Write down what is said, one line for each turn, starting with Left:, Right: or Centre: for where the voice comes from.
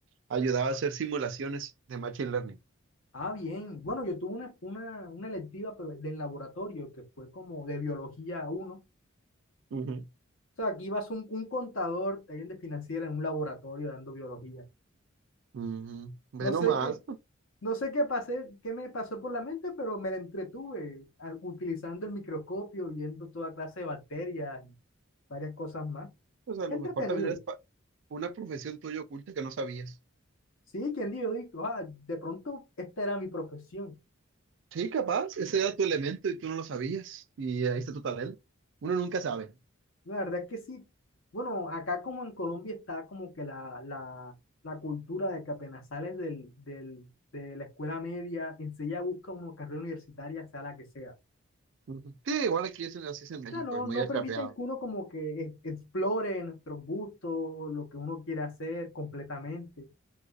Right: ayudaba a hacer simulaciones de machine learning.
Left: Ah, bien. Bueno, yo tuve una, una, una electiva pero de en laboratorio que fue como de biología uno
Right: Ujú.
Left: O sea, aquí ibas un, un contador, alguien de financiera en un laboratorio dando biología.
Right: Ujú. Ve
Left: No
Right: nomás.
Left: sé qué, no sé qué pasé, qué me pasó por la mente, pero me la entretuve ah, utilizando el microscopio, viendo toda clase de bacterias y varias cosas más.
Right: Pues a
Left: Fue
Right: lo
Left: entretenido.
Right: mejor también eres pa- una profesión tuya oculta que no sabías.
Left: Sí, quien dijo, dijo, ah, de pronto esta era mi profesión.
Right: Sí, capaz, ese era tu elemento y tú no lo sabías. Y ahí está tu talento. Uno nunca sabe.
Left: La verdad es que sí. Bueno, acá como en Colombia está como que la, la, la cultura de que apenas sales del, del, de la escuela media, enseguida busca una carrera universitaria, sea la que sea. O
Right: Ujú. Sí, igual aquí es, en- así es en México,
Left: sea, no,
Right: es muy
Left: no
Right: acarreado.
Left: permiten que uno como que e- explore nuestros gustos, lo que uno quiere hacer completamente.